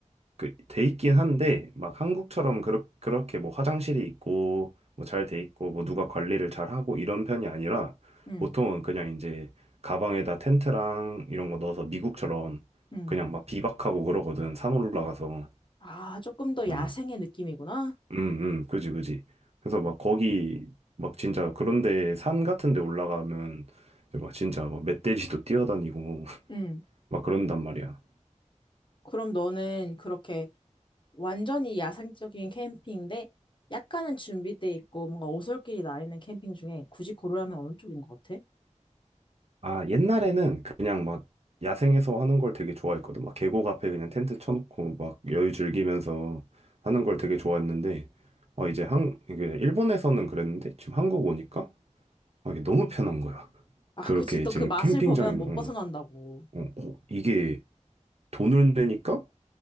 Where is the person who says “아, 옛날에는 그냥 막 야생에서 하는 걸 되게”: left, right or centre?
Right